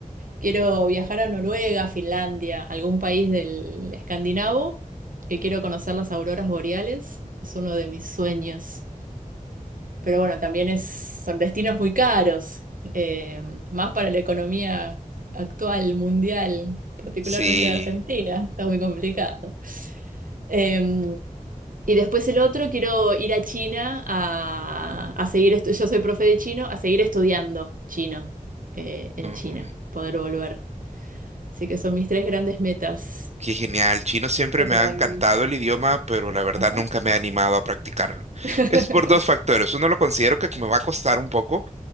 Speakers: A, on the right; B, on the right.
A: quiero viajar a Noruega, Finlandia, algún país del escandinavo, que quiero conocer las auroras boreales, es uno de mis sueños. Pero bueno, también es, son destinos muy caros, eh, más para la economía actual, mundial, particularmente
B: Sí.
A: de Argentina, está muy complicado. Em, y después el otro, quiero ir a China a, a seguir, estu- yo soy profe de chino, a seguir estudiando chino eh, en
B: Mm.
A: China, poder volver. Así que son mis tres grandes metas.
B: Qué genial. Chino siempre
A: En
B: me ha
A: la
B: encantado
A: vida.
B: el idioma, pero la verdad
A: Ajá.
B: nunca me he animado a practicarlo.
A: <laughs>
B: Es por dos factores. Uno lo considero que me va a costar un poco